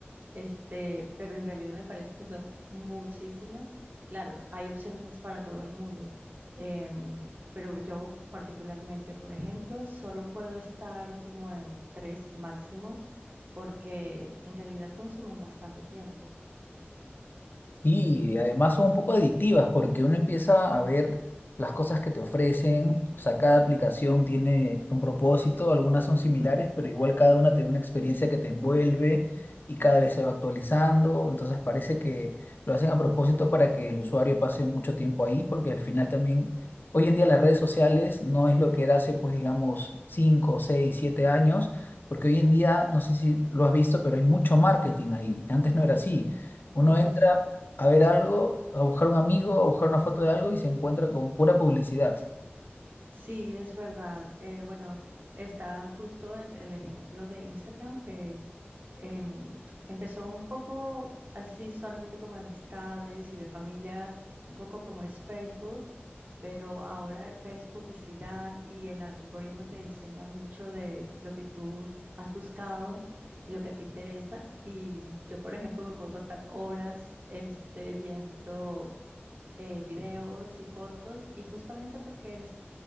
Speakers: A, on the right; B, on the left.
A: Este, pero en realidad me parece que son muchísimas. Claro, hay opciones para todo el mundo, em, pero yo particularmente, por ejemplo, solo puedo estar como en tres máximo porque en realidad consumen bastante tiempo.
B: Sí, Y además son un poco adictivas porque uno empieza a ver las cosas que te ofrecen, o sea, cada aplicación tiene un propósito, algunas son similares, pero igual cada una te da una experiencia que te envuelve y cada vez se va actualizando, entonces parece que lo hacen a propósito para que el usuario pase mucho tiempo ahí, porque al final también, hoy en día las redes sociales no es lo que era hace, pues digamos, 5, 6, 7 años, porque hoy en día, no sé si lo has visto, pero hay mucho marketing ahí, antes no era así. Uno
A: Uy,
B: entra
A: sí,
B: a ver algo, a buscar un amigo, a buscar una foto de algo y se encuentra con pura publicidad.
A: sí, es verdad. Eh, bueno, está justo el, el ejemplo de Instagram que em, empezó un poco así solamente como de amistades y de familia, un poco como es Facebook, pero ahora ves publicidad y el algoritmo te enseña mucho de lo que tú has buscado y lo que te interesa. Y yo, por ejemplo, me puedo pasar horas este, viendo eh, videos y fotos, y justamente porque es